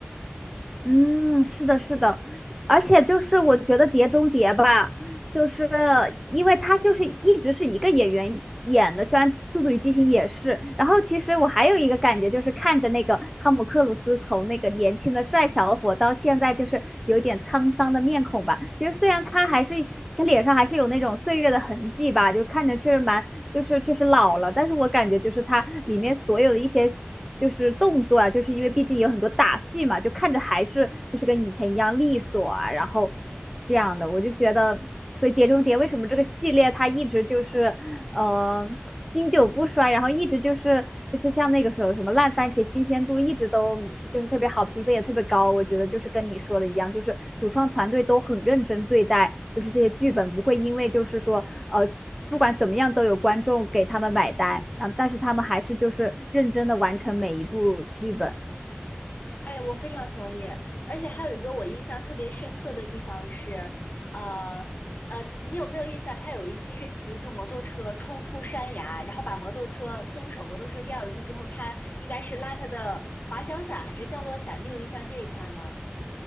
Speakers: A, in the centre; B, on the left (about 40°).
A: 嗯，是的，是的，而且就是我觉得《碟中谍》吧，就是因为他就是一直是一个演员演了，虽然《速度与激情》也是，然后其实我还有一个感觉就是看着那个汤姆克鲁斯从那个年轻的帅小伙到现在就是有点沧桑的面孔吧，其实虽然他还是他脸上还是有那种岁月的痕迹吧，就看着确实蛮。就是确实老了，但是我感觉就是它里面所有的一些就是动作啊，就是因为毕竟有很多打戏嘛，就看着还是就是跟以前一样利索啊，然后这样的，我就觉得，所以《碟中谍》为什么这个系列它一直就是嗯。呃经久不衰，然后一直就是就是像那个时候什么烂番茄新鲜度一直都就是特别好，评分也特别高。我觉得就是跟你说的一样，就是主创团队都很认真对待，就是这些剧本不会因为就是说呃不管怎么样都有观众给他们买单，然但是他们还是就是认真的完成每一部剧本。
B: 哎，我非常同意，而且还有一个我印象特别深刻的地方是，呃呃，你有没有印象？他有一期是骑一个摩托车冲出山崖，然后把摩托车松手摩托车掉下去之后，他应该是拉他的滑翔伞还是降落伞？你有印象这一块吗？